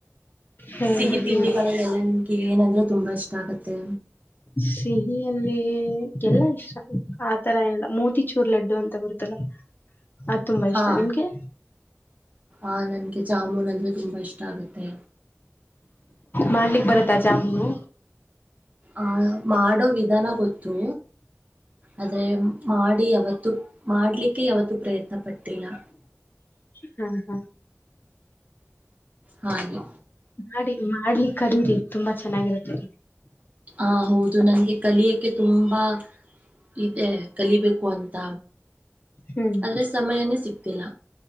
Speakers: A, on the left (about 40°); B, on the right (about 30°).
A: ಹೇಳ್ಬೇಕು
B: ಸಿಹಿ ತಿಂಡಿಗಳಲ್ಲೆಲ್ಲ
A: ನೀವೆ
B: ನಿಮ್ಗೆ ಏನಂದ್ರೆ ತುಂಬಾ ಇಷ್ಟ ಆಗತ್ತೆ.
A: ಸಿಹಿಯಲ್ಲಿ ಎಲ್ಲಾ ಇಷ್ಟ ಆತರ ಏನಿಲ್ಲಾ ಮೋತಿಚೂರ್ ಲಡ್ಡು ಅಂತ ಬರುತ್ತಲ್ಲ. ಅದ ತುಂಬಾ
B: ಹಾ
A: ಇಷ್ಟ ನಿಮ್ಗೆ.
B: ಆ ನನ್ಗೆ ಜಾಮೂನ್ ಅಂದ್ರೆ ತುಂಬಾ ಇಷ್ಟ ಆಗುತ್ತೆ.
A: ಮಾಡಲಿಕ್ ಬರುತ್ತಾ ಜಾಮೂನು.
B: ಆ ಮಾಡೋ ವಿಧಾನ ಗೊತ್ತು. ಆದ್ರೆ ಮಾಡಿ ಯಾವತ್ತು ಮಾಡ್ಲಿಕ್ಕೆ ಯಾವತ್ತು ಪ್ರಯತ್ನ ಪಟ್ಟಿಲಾ.
A: ಹ್ಮ್ ಹ್ಮ್
B: ಹಾಗೆ.
A: ಮಾಡಿ ಮಾಡ್ಲಿಕ ಕಲೀರಿ ತುಂಬಾ ಚೆನ್ನಾಗಿರುತ್ತೆ.
B: ಆ ಹೌದು ನನ್ಗೆ ಕಲಿಯಕ್ಕೆ ತುಂಬಾ. ಇದೆ ಕಲಿಬೇಕು ಅಂತ
A: ಹ್ಮ್
B: ಆದ್ರೆ ಸಮಯನೇ ಸಿಕ್ತಿಲ್ಲ